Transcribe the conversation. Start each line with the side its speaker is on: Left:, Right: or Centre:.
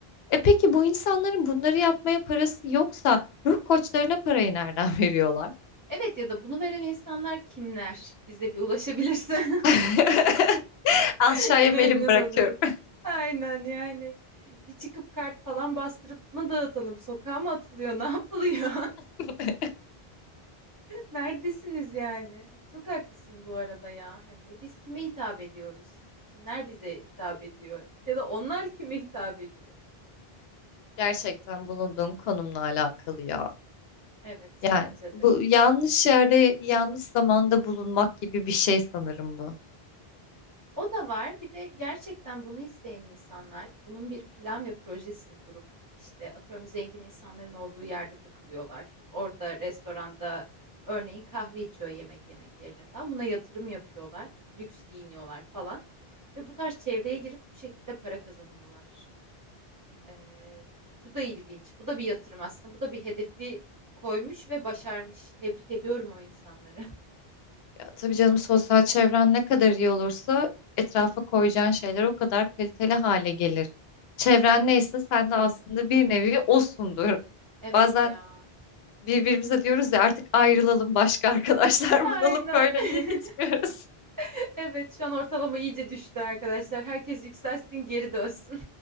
Left: E peki bu insanların bunları yapmaya parası yoksa ruh koçlarına parayı nereden veriyorlar?
Right: Evet ya da bunu veren insanlar kimler? Bize bir ulaşabilirse
Left: <laughs> Aşağıya
Right: <laughs> memnun
Left: melim bırakıyorum.
Right: oluruz. Aynen yani. Bir çıkıp kart falan bastırıp mı dağıtalım? Sokağa mı atılıyor? <laughs> Ne yapılıyor?
Left: <laughs>
Right: Neredesiniz yani? Çok haklısın bu arada ya. Hani biz kime hitap ediyoruz? Kimler bize hitap ediyor? Ya da onlar kime hitap ediyor?
Left: Gerçekten bulunduğun konumla alakalı ya.
Right: Evet,
Left: Yani
Right: bence
Left: bu
Right: de.
Left: yanlış yerde yanlış zamanda bulunmak gibi bir şey sanırım bu.
Right: O da var. Bir de gerçekten bunu isteyen insanlar bunun bir plan ve projesini kurup işte atıyorum zengin insanların olduğu yerde takılıyorlar. Orada restoranda örneğin kahve içiyor yemek yemek yerine falan. Buna yatırım yapıyorlar. Lüks giyiniyorlar falan. Ve bu tarz çevreye girip bu şekilde para kazanıyorlar. Ee, bu da ilginç. Bu da bir yatırım aslında. Bu da bir hedefi koymuş ve başarmış. Tebrik ediyorum o insanları. <laughs>
Left: Ya tabii canım sosyal çevren ne kadar iyi olursa etrafa koyacağın şeyler o kadar kaliteli hale gelir. Çevren neyse sen de aslında bir nevi osundur.
Right: Evet
Left: Bazen
Right: ya.
Left: birbirimize diyoruz ya artık ayrılalım başka <laughs> arkadaşlar
Right: Aynen.
Left: bulalım böyle
Right: <laughs>
Left: iyi gitmiyoruz.
Right: Evet şu an ortalama iyice düştü arkadaşlar. Herkes yükselsin geri dönsün.